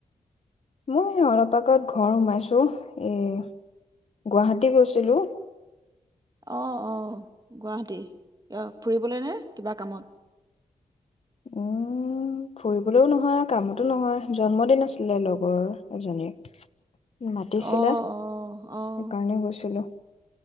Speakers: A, on the left; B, on the right.
A: মই অলপ আগত ঘৰ সোমাইছোঁ এই গুৱাহাটী গৈছিলোঁ।
B: অঁ অঁ গুৱাহাটীত ফুৰিবলৈ নে কিবা কামত।
A: উম ফুৰিবলৈও নহয় কামতো নহয় জন্মদিন আছিলে লগৰ এজনীৰ, মাতিছিলে
B: অ',
A: সেইকাৰণে
B: অ', অ',
A: গৈছিলো।